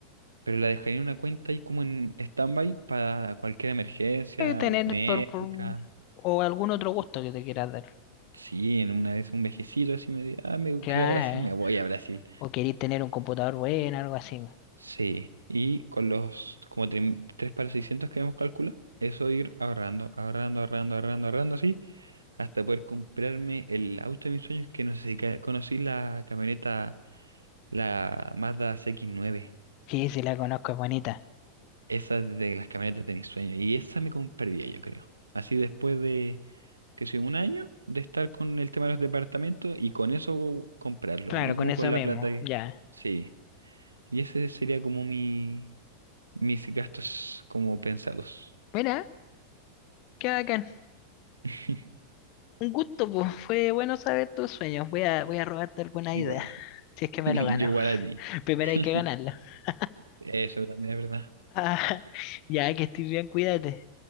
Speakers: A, on the right; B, on the left.
A: Pero la dejaría en una cuenta y como en stand-by para cualquier emergencia
B: Y tener
A: o médica.
B: por, por- o algún otro gusto que te quieras dar.
A: Sí, en una vez un vejecito así me diga, ah, me
B: Ya,
A: quiero ir a Brasil, me voy a Brasil.
B: o querís tener un computador bueno, algo así.
A: Sí, y con los como tre- tres para 600 que habíamos calculado, eso ir ahorrando, ahorrando, ahorrando, ahorrando, ahorrando así, hasta poder comprarme el auto de mis sueños, que no sé si ca- conocí la camioneta, la Mazda CX-9,
B: Sí, sí, la conozco, es bonita.
A: esa es de las camionetas de mis sueños, y esa me compraría yo creo. Así después de, que sé, un año de estar con el tema de los departamentos y con eso comprarlos,
B: Claro,
A: no
B: con
A: como
B: eso
A: con la
B: mismo,
A: plata que...
B: ya.
A: Sí, y ese sería como mi... mis gastos como pensados.
B: Mira, qué bacán.
A: <laughs>
B: Un gusto, pues. Fue bueno saber tus sueños. Voy a, voy a robarte alguna
A: Igual,
B: idea, <laughs>
A: <laughs>
B: si es que me
A: yo
B: lo gano.
A: igual a ti.
B: <laughs> Primero
A: <laughs>
B: hay que ganarlo. <laughs>
A: Eso también es verdad.
B: Ah, ya, que estoy bien, cuídate.